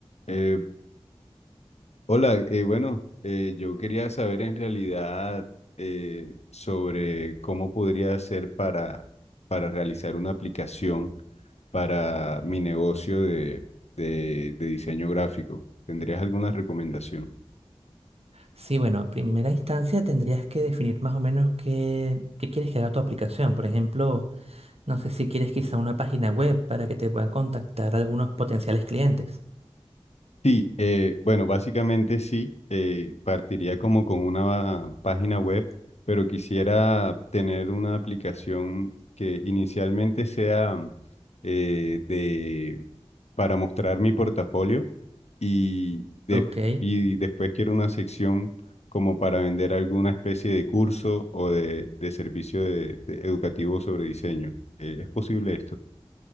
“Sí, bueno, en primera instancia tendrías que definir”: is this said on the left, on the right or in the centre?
Right